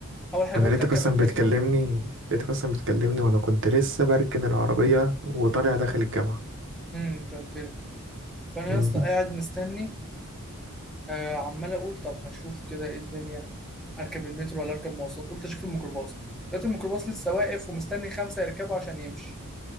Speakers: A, in the centre; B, on the right.
A: اول حاجه
B: انا
A: قلت
B: لقيتك
A: اركب
B: اصلا
A: المترو
B: بتكلمني لقيتك اصلا بتكلمني وانا كنت لسه بركن العربيه وطالع داخل الجامعه
A: امم انت قلت لي فانا
B: مم.
A: يا اسطى قاعد مستني آه عمال اقول طب هشوف كده ايه الدنيا اركب المترو ولا اركب مواصلات قلت اشوف الميكروباص لقيت الميكروباص لسه واقف ومستني خمسه يركبوا عشان يمشي